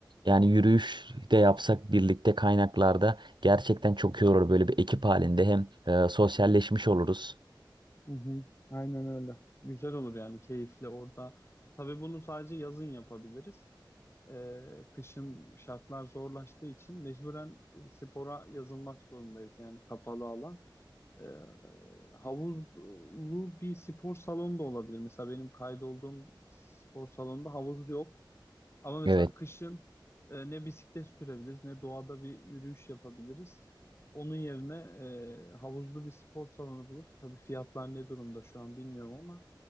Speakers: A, on the right; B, on the left.
A: yani yürüyüş de yapsak birlikte kaynaklarda gerçekten çok iyi olur. Böyle bir ekip halinde hem e, sosyalleşmiş oluruz.
B: hı hı. Aynen öyle. Güzel olur yani keyifli orada. Tabii bunu sadece yazın yapabiliriz. Ee, kışın şartlar zorlaştığı için mecburen e, spora yazılmak zorundayız yani kapalı alan. Ee, havuzlu bir spor salonu da olabilir. Mesela benim kaydolduğum spor salonunda havuz yok. Ama mesela
A: Evet.
B: kışın e, ne bisiklet sürebiliriz ne doğada bir yürüyüş yapabiliriz. Onun yerine e, havuzlu bir spor salonu bulup tabii fiyatlar ne durumda şu an bilmiyorum ama